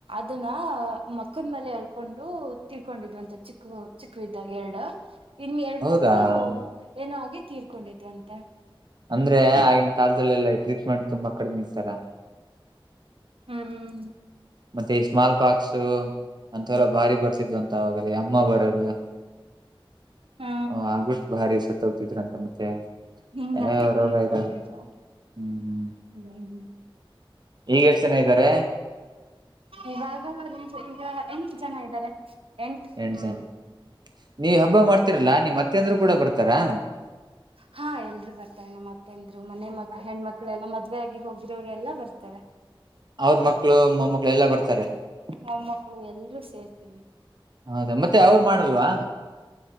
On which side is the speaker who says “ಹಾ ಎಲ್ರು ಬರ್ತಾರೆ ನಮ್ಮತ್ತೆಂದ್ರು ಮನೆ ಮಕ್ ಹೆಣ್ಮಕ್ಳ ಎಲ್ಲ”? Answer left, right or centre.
Right